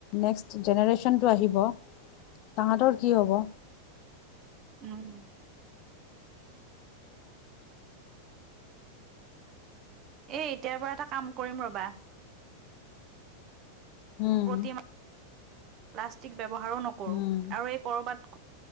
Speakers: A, on the left (about 40°); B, on the right (about 35°).
A: নেক্সট জেনেৰেশ্যনটো আহিব তাঁহাতৰ কি হ'ব?
B: উম উম। এই এতিয়াৰ পৰা এটা কাম কৰিম ৰ'বা,
A: উম
B: প্ৰতি <unintelligible> প্লাষ্টিক ব্যৱহাৰো নকৰো
A: উম
B: আৰু এই কৰবাত